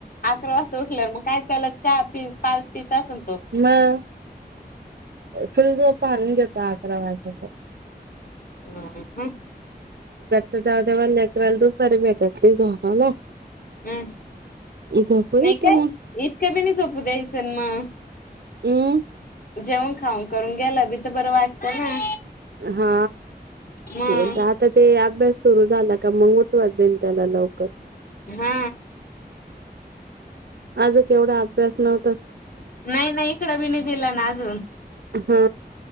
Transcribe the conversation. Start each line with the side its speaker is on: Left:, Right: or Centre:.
Left: अकरा वाजता उठल्या मग काय त्याला चहा पि पाज पितासणतो.
Right: मग फुल झोप हाणून घेतो आकरवाजेपर्यंत.
Left: हम्म हम्म हम्म.
Right: तर जाऊ दे म लेकराला दुपारी भेटत नाही झोपायला.
Left: हम्म
Right: झोपू
Left: नाही
Right: देते
Left: काय?
Right: मग
Left: इतकं बी नाही झोपू द्यायच ना मग.
Right: हम्म?
Left: जेवण खाऊन करून गेलं बी तर बरं वाटतं ना.
Right: हा
Left: मग
Right: बोलता आता ते अभ्यास सुरू झाला का त्यामुळे उठवत जाईल त्याला लवकर
Left: हा.
Right: आज केवढं अभ्यास नव्ह
Left: नाही नाही इकडं बी नाही दिला ना अजून
Right: हा